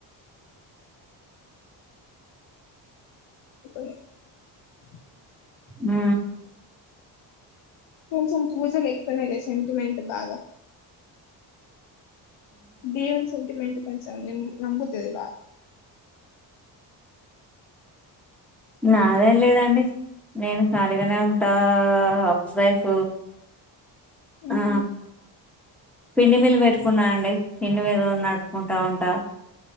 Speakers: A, on the left; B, in the centre.
A: <unintelligible> <inaudible>
B: ఆ
A: కొంచెం పూజలు ఎక్కువన లే సెంటిమెంట్ బాగా దీవున్ సెంటిమెంట్ కొంచం నమ్ముతాది
B: నాదేం లేదండి నేను ఖాళీగానే ఉంటా హౌస్ వైఫ్ ఆ
A: ఉహు
B: పిండి మీలు పెట్టుకున్నా అండి పిండి మీలు నట్టుకుంటా ఉంటా